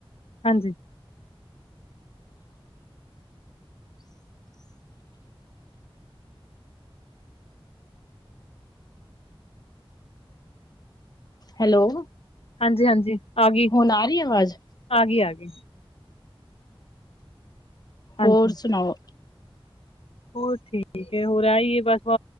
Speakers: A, on the left; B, on the left.
A: ਹਾਂਜੀ।
B: ਹੈਲੋ।
A: ਹਾਂਜੀ, ਹਾਂਜੀ। ਆ ਗਈ
B: ਹੁਣ ਆ ਰਹੀ ਐ ਵਾਜ਼?
A: ਆ ਗੀ, ਆ ਗੀ। ਹਾਂਜੀ
B: ਹੋਰ ਸੁਣਾਓ?
A: ਹੋਰ ਠੀਕ, ਹੋਰ ਹੈ ਏ ਬਸ ਵ